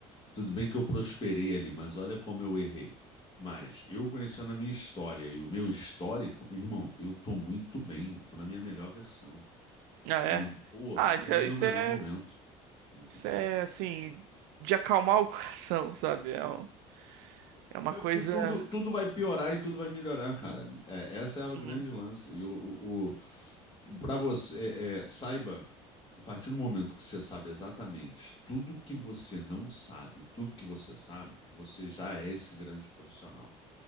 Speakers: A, on the left; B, on the right.
A: tudo bem que eu prosperei ali, mas olha como eu errei. Mas eu conhecendo a minha história e o meu histórico, meu irmão, eu tô muito bem, eu tô na minha melhor versão.
B: Ah, é.
A: Tô na, porra,
B: Ah, isso
A: tô
B: é,
A: no meu
B: isso
A: melhor
B: é
A: momento, entendeu?
B: Isso é assim, de acalmar o <laughs> coração, sabe? É, um- é uma
A: É
B: coisa.
A: porque tudo, tudo vai piorar e tudo vai melhorar, cara. É, essa é a grande
B: Uhum.
A: lance. E o, para você, é, é, saiba, a partir do momento que você sabe exatamente tudo que você não sabe, tudo que você sabe, você já é esse grande profissional.